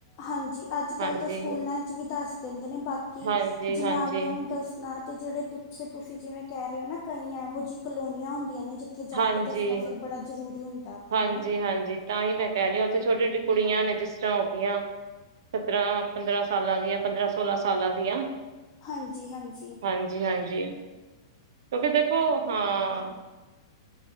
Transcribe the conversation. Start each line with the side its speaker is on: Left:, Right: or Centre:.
Left: ਹਾਂਜੀ ਅੱਜ ਕੱਲ
Right: ਹਾਂਜੀ
Left: ਤਾਂ ਸਕੂਲਾਂ ਚ ਵੀ ਦੱਸ ਦਿੰਦੇ ਨੇ, ਬਾਕੀ
Right: ਹਾਂਜੀ
Left: ਜਨਾਨੀਆਂ
Right: ਹਾਂਜੀ
Left: ਨੂੰ ਦੱਸਣਾ ਤੇ, ਜਿਹੜੇ ਪਿੱਛੇ ਤੁਸੀਂ ਜਿਵੇਂ ਕਹਿ ਰਹੇ ਹੋ ਨਾ, ਕਈ ਇਹੋ ਜਿਹੀ ਕਲੋਨੀਆਂ ਹੁੰਦੀਆਂ ਨੇ ਜਿੱਥੇ ਜਾ
Right: ਹਾਂਜੀ-ਹਾਂਜੀ-ਹਾਂਜੀ,
Left: ਕੇ ਦੱਸਣਾ ਫਿਰ ਬੜਾ ਜ਼ਰੂਰੀ ਹੁੰਦਾ ਆਪਣਾ ਨਾ
Right: ਤਾਂ ਹੀ ਮੈਂ ਕਹਿ ਰਹੀ ਹਾਂ, ਉੱਥੇ ਛੋਟੀ ਛੋਟੀ ਕੁੜੀਆਂ ਨੇ ਜਿਸ ਹੋਗਿਆਂ, ਸਤਰਾਂ ਪੰਦਰਾਂ ਸਾਲਾਂ ਦੀਆਂ ਪੰਦਰਾਂ ਸੋਲਾਂ ਸਾਲਾਂ ਦੀਆਂ।
Left: ਹਾਂਜੀ-ਹਾਂਜੀ।
Right: ਹਾਂਜੀ ਹਾਂਜੀ ਕਿਉਂਕਿ ਦੇਖੋ, ਹਾਂ।